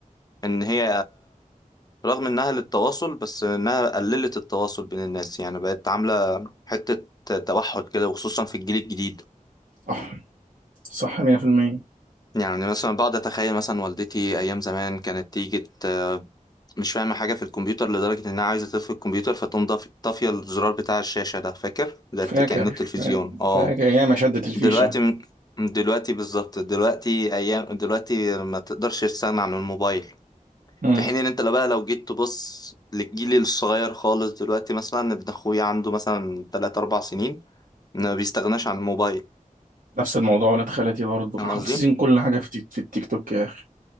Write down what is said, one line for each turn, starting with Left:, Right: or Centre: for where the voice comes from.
Left: ان هي رغم انها للتواصل بس انها قللت التواصل بين الناس يعني بقت عاملة حتة توحد كده وخصوصا في الجيل الجديد
Right: صح صح 100%
Left: يعني مثلا بقعد اتخيل مثلا والدتي ايام زمان كانت تيجي ت- مش فاهمه حاجه في الكمبيوتر لدرجه انها عايزه تطفي الكمبيوتر فتقوم ضاف- طافيه الزرار بتاع الشاشه ده فاكر ده
Right: فاكر
Left: ت- كانه التلفزيون
Right: فا-
Left: اه
Right: فاكر ياما شدت الفيشة
Left: دلوقتي م- دلوقتي بالظبط دلوقتي ايام دلوقتي ما تقدرش تستغنى عن الموبايل
Right: مم.
Left: في حين ان انت لو بقى لو جيت تبص للجيل الصغير خالص دلوقتي مثلا ابن اخويا عنده مثلا 3 4 سنين ما بيستغناش عن الموبايل
Right: نفس الموضوع ولاد خالتي برضه
Left: فاهم
Right: حافظين
Left: قصدي
Right: كل حاجة في التيك في التيك توك يا أخي